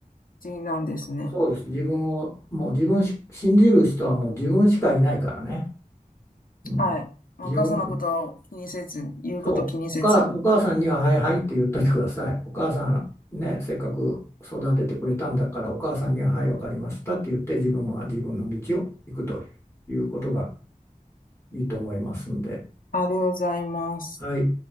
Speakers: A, on the left; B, on the left.
A: 事なんですね。
B: そうです自分をもう自分し信じる人はもう自分しかいないからね、うん、
A: はい。まあお母さんのことを気にせずに、
B: 自分
A: 言うことを気にせずに。
B: そう、お母、お母さんには「はいはい」って言っといてください。お母さんね、せっかく育ててくれたんだから、お母さんには「はい、わかりました」って言って、自分は自分の道を行くということがいいと思いますんで、
A: ありがとうございます。
B: はい。